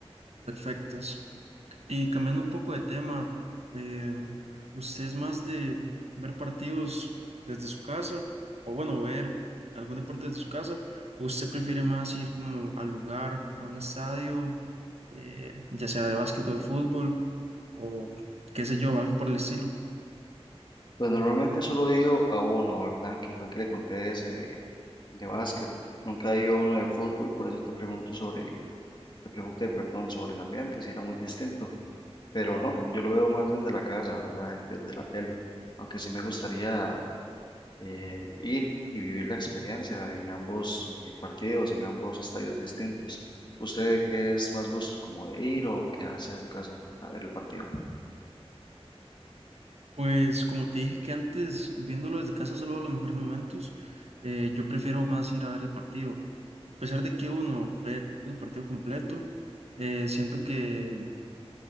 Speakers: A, on the right; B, on the left.
A: perfectas. Y cambiando un poco de tema, eh, ¿usted es más de ver partidos desde su casa o bueno, ver algún deporte desde su casa? ¿O usted prefiere más ir como al lugar, a un estadio, eh, ya sea de básquet o de fútbol o qué sé yo, algo por el estilo?
B: Pues normalmente solo he ido a uno, ¿verdad? Que fue que le conté ese día de básquet. Nunca he ido a uno de fútbol, por eso te pregunto sobre el, te pregunté, perdón, sobre el ambiente, si era muy distinto, pero no, yo lo veo más desde la casa, ¿verdad? Desde la tele, aunque sí me gustaría eh, ir y vivir la experiencia en ambos eh, partidos, en ambos estadios distintos. ¿Usted qué es más gusto, como de ir o qué hace a su casa a ver el partido?
A: Pues como te dije que antes, viéndolo desde casa, solo los mejores momentos, eh, yo prefiero más ir a ver el partido. A pesar de que uno ve el partido completo, eh, siento que